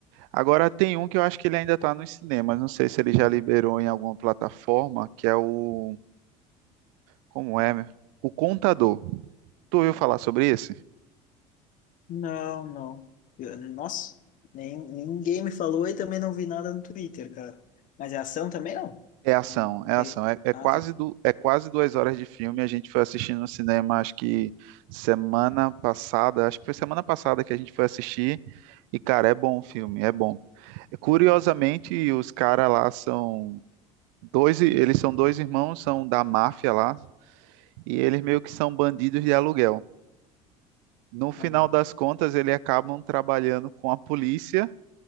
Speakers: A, on the right; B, on the left.
A: Agora tem um que eu acho que ele ainda está nos cinemas, não sei se ele já liberou em alguma plataforma, que é o. Como é? meu? O Contador. Tu ouviu falar sobre esse?
B: Não, não. Eu- nossa, nem, ninguém me falou e também não vi nada no Twitter, cara. Mas é ação também não?
A: É ação,
B: Eu não não
A: é
B: peguei.
A: ação. É, é
B: Ah,
A: quase
B: tá.
A: do, é quase duas horas de filme. A gente foi assistindo no cinema, acho que semana passada, acho que foi semana passada que a gente foi assistir. E, cara, é bom o filme, é bom. Curiosamente, os caras lá são dois, eles são dois irmãos, são da máfia lá, e eles meio que são bandidos de aluguel. No final
B: Hum.
A: das contas, eles acabam trabalhando com a polícia